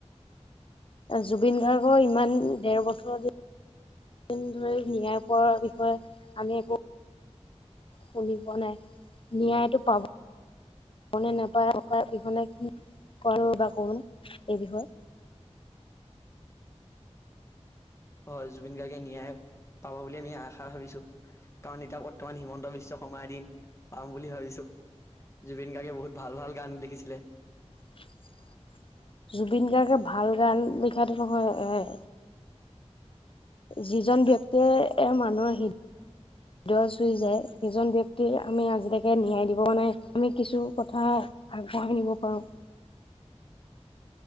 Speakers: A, on the left; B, on the left.
A: জুবিন গাৰ্গৰ ইমান দেৰ বছৰ দ দিন ধৰি ন্যায় পাৰ বিষয়ে আমি একো শুনিব নাই ন্যায়টো পাব নেপায় অকা ইখনে কি কৰে বা কোনে এই বিষয়ে
B: হয় জুবিন গাৰ্গে ন্যায় পাব বুলি আমি আশা ভাবিছো।। কাৰণ এতিয়া বৰ্তমান হিমন্ত বিশ্ব শৰ্মাৰ দিন পাম বুলি ভাবিছো। জুবিন গাৰ্গে বহুত ভাল ভাল গান লিখিছিলে।
A: উ <inaudible> জুবিন গাৰ্গে ভাল গান লিখাটো নহয়। যিজন ব্যক্তিয়ে এ মানুহৰ হি হদ চুই যায় সেইজন ব্যক্তি আমি আজিলৈকে ন্যায় দিব নাই আমি কিছু কথা। আগবঢ়াই নিব পাৰো।